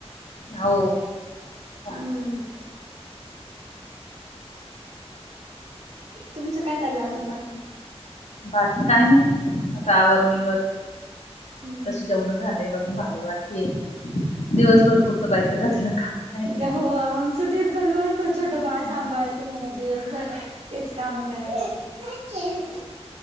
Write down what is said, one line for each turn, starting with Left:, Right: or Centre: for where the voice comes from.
Left: हो.
Right: हम्म.
Left: छान
Right: तुमचं काय चाललं अजून बाकी?
Left: बाकी काय नाही. आता आवर निवर
Right: हम्म
Left: तशी जेवण झाले, अजून भांडे बाकीय. दिवसभरपुरतं बायच्या जातील काम. आहे.
Right: क हो, आमचं तेच चालू असतं, छोटं बाळ सांभाळायचं
Left: हा.
Right: घरात दिवसभर. तेच काम करायची.